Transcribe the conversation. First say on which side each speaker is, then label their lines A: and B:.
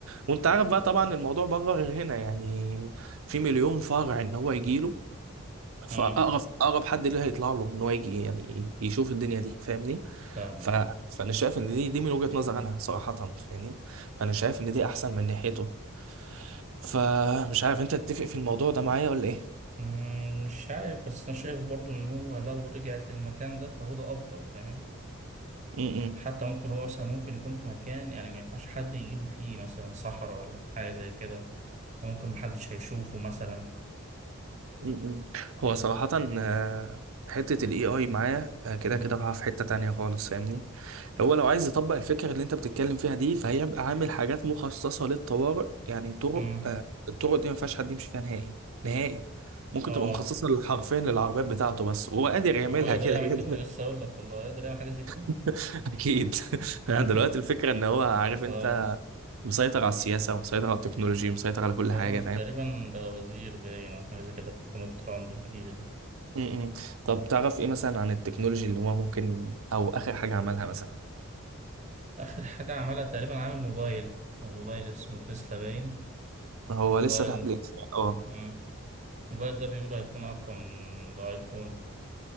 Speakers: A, on the right; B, on the right.
A: وانت عارف بقى طبعا الموضوع بره غير هنا يعني في مليون فرع ان هو يجيله فاقرب
B: مم.
A: اقرب حد ليه هيطلع له ان هو يجي يعني يشوف الدنيا دي فاهمني
B: فاهمك
A: ف...
B: آه.
A: فانا شايف ان دي دي من وجهه نظر انا صراحه فاهمني فانا شايف ان دي احسن من ناحيته فمش عارف انت تتفق في الموضوع ده معايا ولا ايه
B: مم. مش عارف بس أنا شايف برضو إن هو لو رجعت للمكان ده فهو ده أفضل فاهم؟
A: م- م.
B: حتى ممكن هو مثلا ممكن يكون في مكان يعني ما ينفعش حد يجيله فيه مثلا صحراء ولا في حاجة زي كده وممكن محدش هيشوفه مثلا
A: م-م. هو صراحة آه، حتة ال AI معايا آه، كده
B: مم.
A: كده رايحة في حتة تانية خالص فاهمني هو لو عايز يطبق الفكرة اللي انت بتتكلم فيها دي فهيبقى عامل حاجات مخصصة للطوارئ يعني طرق
B: مم.
A: آه، الطرق دي ما فيهاش حد يمشي فيها نهائي نهائي ممكن
B: اه
A: تبقى مخصصة حرفيا للعربيات بتاعته بس وهو قادر يعملها
B: هو يقدر
A: كده
B: يعمل
A: كده
B: كده أنا لسه هقول لك والله يقدر يعمل حاجة زي كده
A: <laughs> أكيد <laughs>
B: <laughs>
A: يعني دلوقتي الفكرة إن هو عارف أنت
B: اه
A: مسيطر على السياسة ومسيطر على التكنولوجيا ومسيطر على كل
B: اه
A: حاجة فاهم؟
B: تقريبا بقى وزير باين او حاجه زي كده في حكومه ترامب الجديده دي
A: م-م. طب تعرف ايه مثلا عن التكنولوجي اللي هو ممكن او اخر حاجه عملها مثلا
B: اخر حاجه عملها تقريبا عامل موبايل موبايل اسمه تسلا باين
A: هو
B: موبايل
A: لسه تحت الانسان اه
B: مم. الموبايل ده بيقولوا هيكون اقوى من الايفون